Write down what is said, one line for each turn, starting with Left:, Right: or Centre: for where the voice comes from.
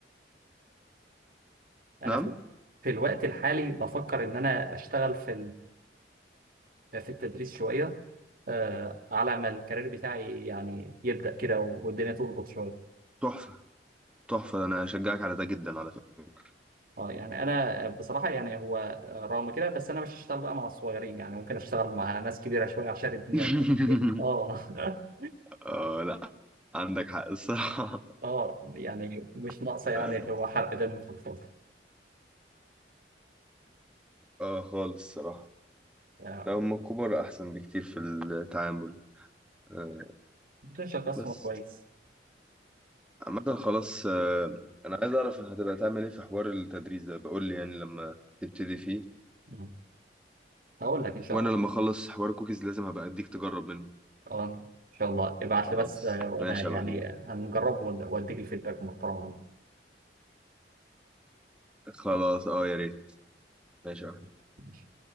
Right: انا
Centre: نعم
Right: في في الوقت الحالي بفكر ان انا اشتغل في في التدريس شوية آه، على ما الكارير بتاعي يعني يبدأ كده والدنيا تظبط شوية
Centre: تحفه تحفه انا اشجعك على ده جدا على فكره
Right: اه يعني انا بصراحة يعني هو رغم كده بس انا مش هشتغل بقى مع الصغيرين يعني ممكن اشتغل مع ناس كبيرة شوية عشان الدنيا
Centre: <laughs>
Right: تبقى إيه؟ اه <laughs>
Centre: اه لا عندك حق الصراحة
Right: اه يعني مش
Centre: <laughs>
Right: ناقصة يعني
Centre: اه
Right: اللي هو حرق دم في الفضل
Centre: آه، خالص الصراحة
Right: آه،
Centre: لا هم الكبار أحسن بكتير في التعامل آه
Right: بتنشأ قسم
Centre: بس
Right: كويس
Centre: عامة خلاص آه أنا عايز أعرف هتبقى تعمل إيه في حوار التدريس ده بقول لي يعني لما تبتدي فيه
Right: مم. هقول لك ان شاء
Centre: وأنا
Right: الله
Centre: لما أخلص حوار الكوكيز لازم هبقى أديك تجرب منه
Right: اه ان شاء الله ابعت
Centre: خلاص
Right: لي بس آه، وانا
Centre: ماشي
Right: يعني
Centre: يا محمود
Right: هنجرب واديك الفيدباك المحترم عنه.
Centre: خلاص اه يا ريت ماشي يا محمود
Right: ماشي.